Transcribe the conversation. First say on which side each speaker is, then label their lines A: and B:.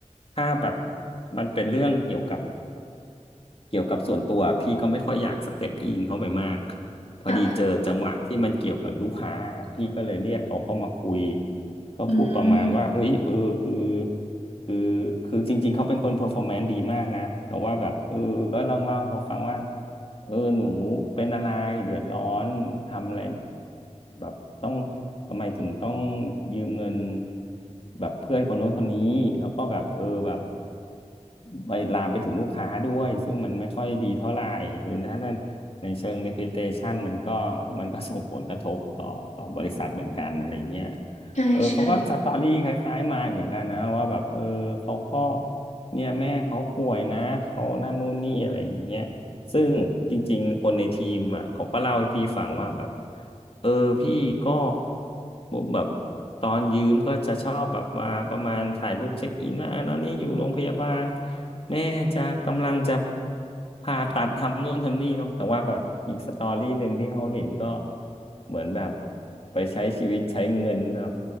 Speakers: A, on the left; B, on the left.
A: ถ้าแบบมันเป็นเรื่องเกี่ยวกับเกี่ยวกับส่วนตัวพี่ก็ไม่ค่อยอยากสเต็ปอินเข้าไปมากพอดีเจอจังหวะที่มันเกี่ยวกับลูกค้าพี่ก็เลยเรียกเขาเข้ามาคุย
B: ค่ะ
A: ก็พูดประมาณว่าเฮ้ยเออคือ
B: อืม
A: คือคือจริงๆเขาเป็นคนเพอร์ฟอร์แมนซ์ดีมากนะแต่ว่าแบบเออก็ลองเล่าให้เขาฟังว่าเออหนูเป็นอะไรเดือดร้อนทำอะไรแบบต้องทำไมถึงต้องยืมเงินแบบเพื่อนคนโน้นคนนี้แล้วก็แบบเออแบบไปลามไปถึงลูกค้าด้วยซึ่งมันไม่ค่อยดีเท่าไหร่คือถ้านั้นในเชิง reputation มันก็มันก็ส่งผลกระทบต่อต่อบริษัทเหมือนกันอะไรเงี้ย
B: ใช่ใช่
A: เออเขาก็สตอรี่คล้ายๆมายเหมือนกันนะว่าแบบเออเขาก็เนี่ยแม่เขาป่วยนะเขานั่นนู่นนี่อะไรอย่างเงี้ยซึ่งจริงๆคนในทีมอ่ะเขาก็เล่าให้พี่ฟังว่าแบบเออพี่ก็แบบตอนยืมก็จะชอบแบบมาประมาณถ่ายรูปเช็คอินว่าอ่ะตอนนี้อยู่โรงพยาบาลแม่จะกำลังจะผ่าตัดทำนู่นทำนี่เนาะแต่ว่าแบบอีกสตอรี่หนึ่งที่เขาเห็นก็เหมือนแบบไปใช้ชีวิตใช้เงินแบบ